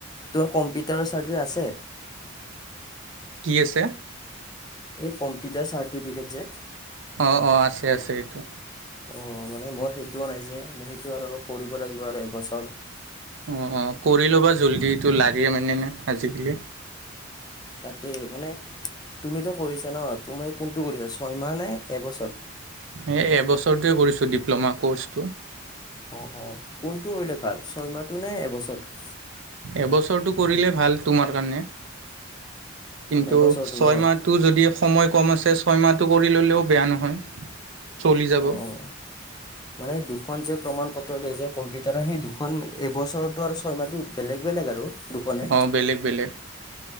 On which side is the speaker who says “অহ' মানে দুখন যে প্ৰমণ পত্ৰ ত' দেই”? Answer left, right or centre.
Left